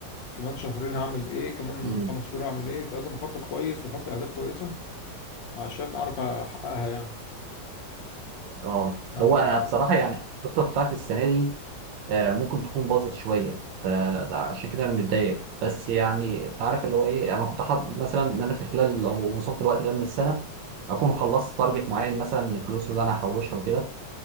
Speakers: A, on the left; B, on the right.
A: كمان شهرين هعمل ايه كمان
B: مم،
A: خمس شهور هعمل ايه فلازم اخطط كويس واحط اهداف كويسة عشان اعرف احققها يعني
B: اه
A: يعني
B: هو
A: عندك
B: انا بصراحه يعني الخطه بتاعت السنه دي آه، ممكن تكون باظت شويه فعشان كده انا متضايق بس يعني انت عارف اللي هو ايه انا كنت حاطط مثلا ان انا في خلال لو وصلت الوقت ده من السنه اكون خلصت تارجت معين مثلا من الفلوس اللي انا هحوشها وكده